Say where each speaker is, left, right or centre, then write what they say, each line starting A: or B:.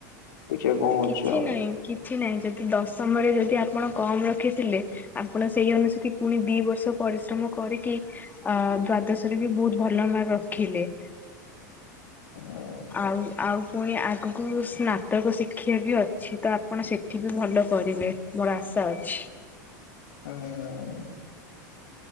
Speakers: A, on the left (about 80°); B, on the left (about 20°).
A: ଦେଖିବା କଣ ହଉଛି
B: କିଛି
A: ଆଉ।
B: ନାହିଁ କିଛି ନାହିଁ ଯଦି ଦଶମରେ ଯଦି ଆପଣ କମ୍ ରଖିଥିଲେ ଆପଣ ସେଇ ଅନୁସୁତି ପୁଣି ଦି ବର୍ଷ ପରିଶ୍ରମ କରିକି ଅ-ଅ ଦ୍ଵାଦଶରେ ବି ବହୁତ ଭଲ ମାର୍କ ରଖିଲେ।
A: ଉଁ
B: ଆଉ, ଆଉ ପୁଣି ଆଗକୁ ସ୍ନାତକ ଶିକ୍ଷା ବି ଅଛି ତ ଆପଣ ସେ ଏଠି ବି ଭଲ କରିବେ, ମୋର ଆଶା ଅଛି।
A: ଉଁ-ଉଁ-ଉଁ